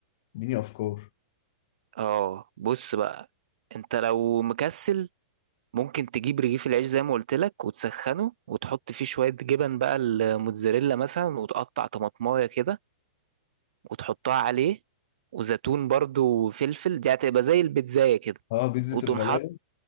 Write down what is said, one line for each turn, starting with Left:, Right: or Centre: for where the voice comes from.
Left: اديني افكار
Right: اه بص بقى انت لو مكسل ممكن تجيب رغيف العيش زي ما قلت لك وتسخنه وتحط فيه شويه جبن بقى الموتزاريلا مثلا وتقطع طماطمايه كده وتحطها عليه وزيتون برضو وفلفل دي هتبقى زي البيتزاية كده
Left: اه بيتزا
Right: وتقوم
Left: الغلابه
Right: حاط